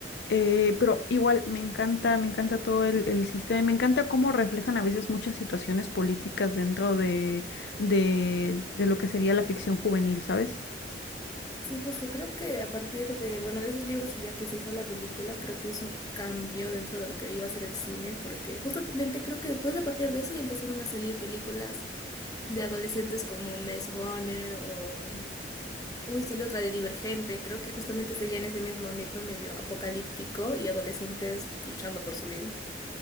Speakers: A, on the left (about 70°); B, on the left (about 20°).
A: eh, pero igual me encanta, me encanta todo el, el sistema y me encanta cómo reflejan a veces muchas situaciones políticas dentro de, de, de lo que sería la ficción juvenil, ¿sabes?
B: Sí, justo, creo que a partir de, bueno, de esos libros y ya que se hizo la película, creo que hizo un cambio dentro de lo que iba a ser el cine, porque justamente creo que después a partir de eso ya empezaron a salir películas de adolescentes como Maze Runner o, uy, salió otra de Divergente, creo que justamente seguía en ese mismo ámbito medio apocalíptico y adolescentes luchando por su vida.